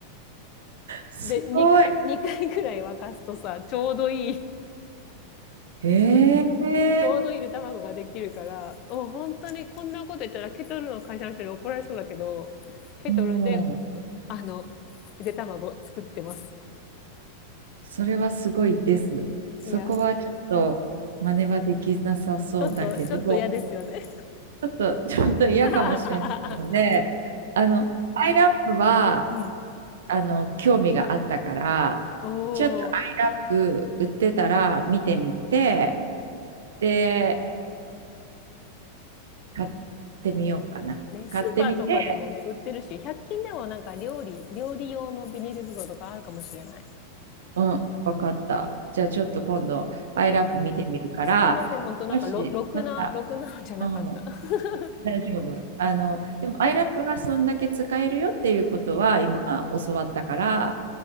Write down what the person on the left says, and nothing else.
で、2回、二回ぐらい沸かすとさ、ちょうどいい <laughs>、
ちょうどいいゆで卵ができるから、お、本当にこんなこと言ったらケトルの会社の人に怒られそうだけど、ケトルで、
あの、ゆで卵作ってます。
いや、ちょっと、ちょっと嫌ですよね。
<laughs>
うん。
お
ー。
ね、スーパーとかでもね、
売ってるし、100均でもなんか料理、料理用のビニール袋とかあるかもしれない。
ちょっと、すいません、本当なんかろ、
ろくな、
ろくなのじゃなかった。
<laughs>